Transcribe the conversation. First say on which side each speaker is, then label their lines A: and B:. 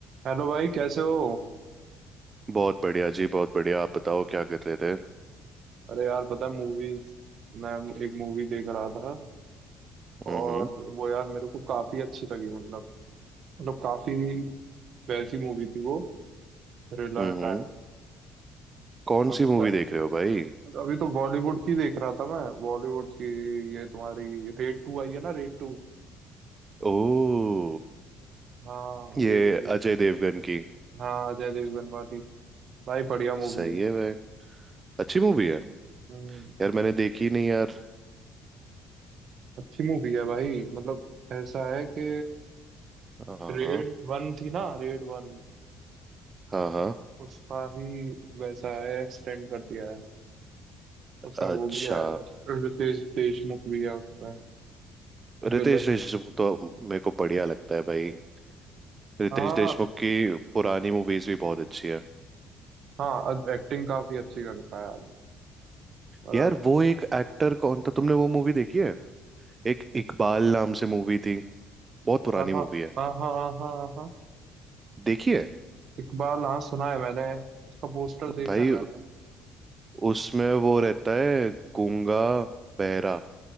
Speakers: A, on the right; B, on the right.
A: Hello भाई कैसे हो
B: बहुत बढ़िया जी बहुत बढ़िया आप बताओ क्या कर रहे थे
A: अरे यार पता है मूवी मैं एक मूवी देख रहा था और
B: हम्म
A: वो यार मेरे को काफी अच्छी लगी मतलब मतलब काफी वैसी मूवी थी वो थ्रिलर
B: हम्म
A: टाइप
B: हम्म। कौन
A: अब
B: सी मूवी
A: पता-
B: देख रहे हो भाई
A: है, अभी तो बॉलीवुड की देख रहा था मैं बॉलीवुड की ये तुम्हारी रेड टू आई है ना रेड टू
B: ओ
A: हाँ
B: ये
A: रेड टू
B: अजय देवगन की
A: हाँ अजय देवगन वाली भाई बढ़िया मूवी
B: सही
A: है
B: है भाई अच्छी मूवी है
A: हम्म
B: यार मैंने देखी नहीं यार
A: अच्छी मूवी है भाई मतलब ऐसा है कि
B: हाँ
A: रेड
B: हाँ
A: वन थी ना रेड वन
B: हाँ हाँ
A: उसका ही वैसा है एक्सटेंड कर दिया है उसमें
B: अच्छा
A: वो भी है रितेश देशमुख भी है उसमें विलन
B: रितेश देशमुख तो मेरे को बढ़िया लगता है भाई रितेश
A: हाँ
B: देशमुख की पुरानी मूवीज भी बहुत अच्छी है
A: हाँ एक्टिंग काफी अच्छी करता है आदमी मतलब
B: यार वो एक एक्टर कौन था तुमने वो मूवी देखी है एक इकबाल नाम से मूवी थी बहुत पुरानी
A: हाँ हाँ
B: मूवी है
A: हाँ हाँ हाँ हाँ हाँ।
B: देखी है
A: इकबाल हाँ सुना है मैंने उसका पोस्टर देखा
B: भाई
A: है मैंने
B: उसमें वो रहता है गूंगा बहरा